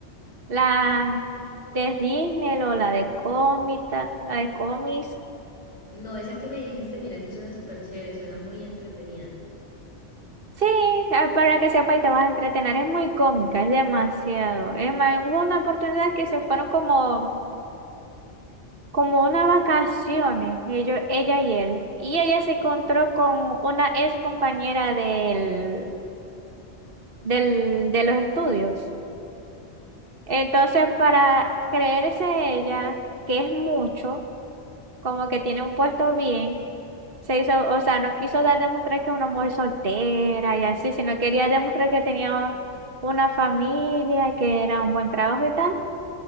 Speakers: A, on the right; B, on the left.
A: La de Disney o la de cómica, la de cómics.
B: No, esa que me dijiste, mira que suena súper chévere, suena muy entretenida.
A: Sí, ah, para que sepa y te vas a entretener. Es muy cómica, es demasiado. Es más, hubo una oportunidad que se fueron como, como unas vacaciones, ellos, ella y él. Y ella se encontró con una ex compañera del, del, de los estudios. Entonces, para creerse ella, que es mucho, como que tiene un puesto bien. Se hizo, o sea, no quiso dar demostrar que es una mujer soltera y así, sino quería demostrar que tenía una familia, que era un buen trabajo y tal.